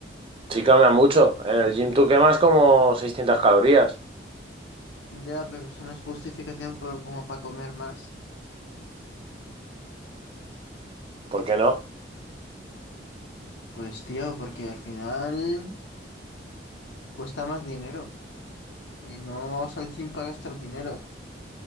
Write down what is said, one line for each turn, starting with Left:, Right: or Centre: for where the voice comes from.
Right: Sí, cambia mucho. En el gym tú quemas como 600 calorías.
Left: Ya, pero eso no es justificación por, como para comer más.
Right: ¿Por qué no?
Left: Pues tío, porque al final cuesta más dinero. Y no vamos al gym para gastar dinero.